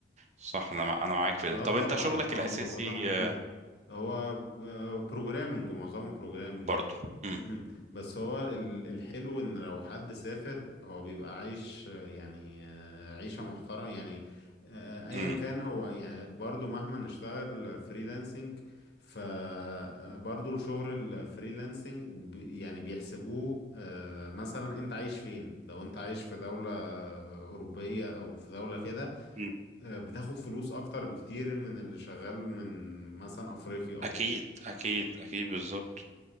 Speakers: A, on the right; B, on the left.
A: صح انا مع- انا معاك في
B: اه
A: ده طب
B: طبعا
A: انت شغلك
B: اه
A: الاساسي
B: الموضوع ده مهم
A: آه،
B: جدا هو بروجرامنج ومعظمه بروجرامنج
A: برضه
B: يعني
A: مم.
B: امم بس هو ال- الحلو ان لو حد سافر هو بيبقى عايش آه، يعني آه، عيشة محترمة يعني آه، ايا
A: مم.
B: كان هو يعني برضو مهما نشتغل فريلانسنج فبرضو الشغل الفريلانسنج ب- يعني بيحسبوه آه، مثلا انت عايش فين لو انت عايش في دولة آه، أوروبية او في دولة كده
A: مم.
B: آه، بتاخد فلوس اكتر بكتير من اللي شغال من مثلا افريقيا او
A: اكيد
B: كده
A: اكيد اكيد بالظبط